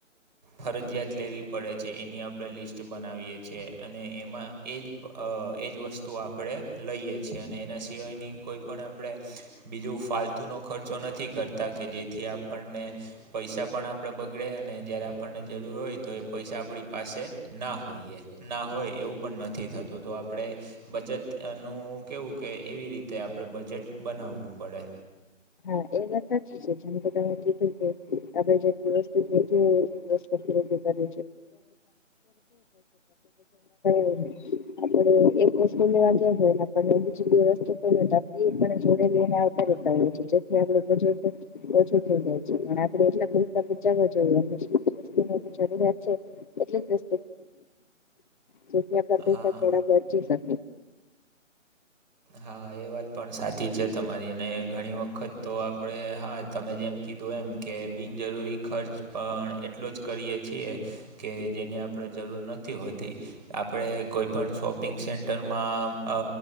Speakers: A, on the right; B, on the left.
A: ફરજીિયાત લેવી પડે છે એની આપણે લિસ્ટ બનાવીએ છીએ, અને એમાં એ જ એ જ વસ્તુ આપણે લઈએ છીએ અને એના સિવાયની કોઈ પણ આપણે બીજું ફાલતુ નો ખર્ચો નથી કરતા કે જેથી આપણને પૈસા પણ આપડે બગડે અને જયારે આપણને જરૂર હોય તો એ પૈસા આપણી પાસે ના હોઈએ, ના હોય એવું પણ નથી થતું તો આપણે બચત નું કેવું કે એવી રીતે આપણે બજેટ બનાવવું પડે
B: હા એ <inaudible> જેમ કે તમે કીધું કે આપ જેટલી વસ્તુ હોય એ વસ્તુ છે અત્યારે <inaudible> <inaudible> <inaudible> આપણે એક વસ્તુ લેવા ગયા હોય ને આપ બીજી બે રસ્તુ એ પણ જોડે લઈને જેથી આપડે બજેટ ઓછું થઈ જાય છે પણ આપડે એટલા પૈસા બચાવવા જોઈએ એ જરૂરિયાત છે <inaudible> <inaudible>
A: હા
B: થોડા બચી શકે
A: હા એ વાત પણ સાચી છે. તમારી અને ઘણી વખત તો આપણેે હા તમે જેમ કીધું એમ કે બિનજરૂરી ખર્ચ પણ એટલો જ કરીએ છીએ કે, જેની આપણેે જરૂર નથી હોતી આપણે કોઈ પણ શોપિંગ સેન્ટરમાં અ